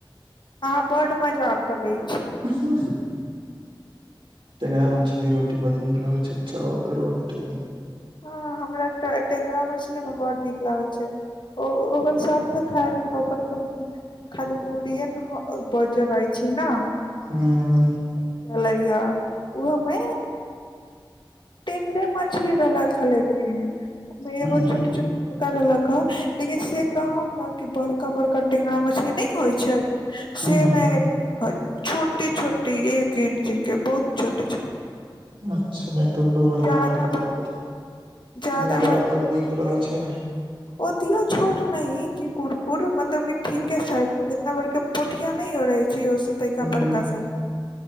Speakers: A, on the left (about 60°); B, on the right (about 70°).
A: अहां बड मजाक करई
B: अ ह टेंगरा मछली रोटी बड़ नीक लगै छै, चाउरके रोटी
A: हँ, हमरा ट टेंगरा मछली न बड नीक लागै छै ओ ओकर सब त खायला ओकर खाली मुड़िए न बज्जर रहइ छै। न
B: हँ
A: रहल या ओहोमे टेंगरे मछली रहलक ठ लेकिन ओमे
B: हूं
A: एगो छोट छोट बड़का रलक ह लेकिन से कहब न कि बड़का बड़का टेंगरा मछली न होइ छै। से
B: हूं
A: नहि छोटी छोटी एक इंच के बहुत छोटी छोटी
B: अच्छा नहि त बढ़िया
A: ज्यादा
B: रहतै कुरकुर
A: बड़ जादा
B: मुरा ओकर नीक रहै छै।
A: ओतीयो छोट नहि कि कुरकुर मतलब क ठीके साइ बरका पोठिया नहि रहै छैओस तइका
B: हूं
A: बरका सा